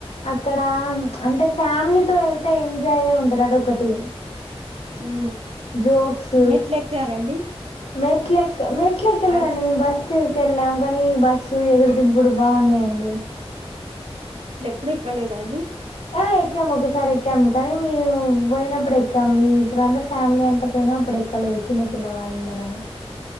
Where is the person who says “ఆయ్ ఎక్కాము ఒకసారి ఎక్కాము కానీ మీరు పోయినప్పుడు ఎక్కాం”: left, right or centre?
Left